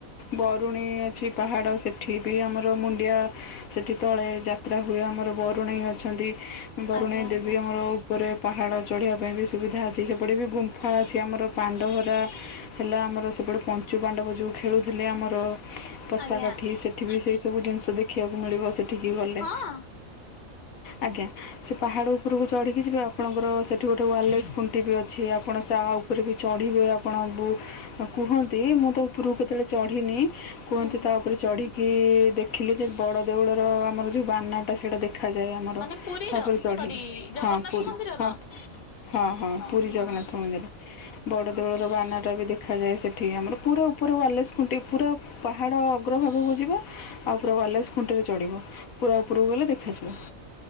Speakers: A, on the left (about 80°); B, on the left (about 40°).
A: ବରୁଣେଇ ଅଛି ପାହାଡ଼। ସେଠି ବି ଆମର ମୁଣ୍ଡିଆ ସେଠି ତଳେ ଯାତ୍ରା ହୁଏ। ଆମର ବରୁଣେଇ ଅଛନ୍ତି। ବରୁଣେଇ
B: ଆଜ୍ଞା ଆଜ୍ଞା
A: ଦେବୀ ଆମର ଉପରେ ପାହାଡ଼ ଚଢ଼ିବା ପାଇଁ ବି ସୁବିଧା ଅଛି। ସେପଟେ ବି ଗୁମ୍ଫା ଅଛି ଆମର ପାଣ୍ଡହରା ହେଲା ଆମର ସେପଟେ ପଞ୍ଚୁ ପାଣ୍ଡବ ଯୋଉ ଖେଳୁଥିଲେ ଆମର ପଷା
B: ଆଜ୍ଞା
A: କାଠି, ସେଠି ବି ସେଇ ସବୁ ଜିନିଷ ଦେଖିବାକୁ ମିଳିବ ସେଠିକି ଗଲେ।
B: ହଁ
A: ଆଜ୍ଞା। ସେ ପାହାଡ ଉପରକୁ ଚଢିକି ଯିବେ ଆପଣଙ୍କର ସେଠି ଗୋଟେ ୱାରଲେସ ଖୁଣ୍ଟି ବି ଅଛି। ଆପଣ ତା ଉ ଉପରେ ବି ଚଢ଼ିବେ ଆପଣ ବୋ କୁହନ୍ତି ମୁଁ ତ ଉପରକୁ କେତେବେଳେ ଚଢ଼ିନି କୁହନ୍ତି
B: ହୁଁ
A: ତା ଉପରେ ଚଢିକି ଦେଖିଲି ଯେ ବଡ ଦେଉଳର ଆମର ଯୋଉ ବାନାଟା ସେଇଟା ଦେ ଦେଖାଯାଏ ଆମର।
B: ମାନେ ପୁରୀର
A: ତାପରେ ଚଢିଲେ।
B: ସରି ଜଗନ୍ନାଥ
A: ହଁ ପୁରୀ
B: ମନ୍ଦିରର
A: ହଁ ହଁ ହଁ
B: ଓହୋ
A: ପୁରୀ ଜଗନ୍ନାଥ ମନ୍ଦିର। ବଡ ଦେଉଳ
B: ଓହୋ
A: ର ବା ବାନା ଟା ବି ଦେଖାଯାଏ ସେଠି। ଆମର ପୁରା ଉପରେ ୱାର୍ଲେସ୍ ଖୁଣ୍ଟି ପୁରା ପାହାଡ଼ ଅଗ୍ରଭାଗକୁ ଯିବେ ଅଗ୍ର ୱାର୍ଲେସ୍ ଖୁଣ୍ଟିରେ ଚଢ଼ିବ। ପୁରା ଉପରକୁ ଗଲେ ଦେଖାଯିବ।